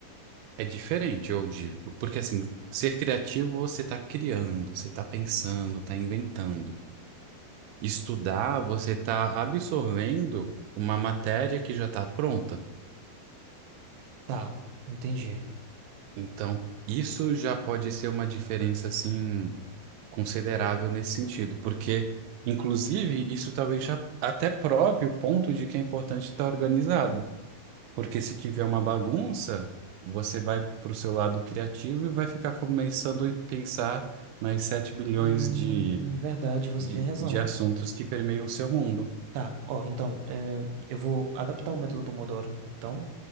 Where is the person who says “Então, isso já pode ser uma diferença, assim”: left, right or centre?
Right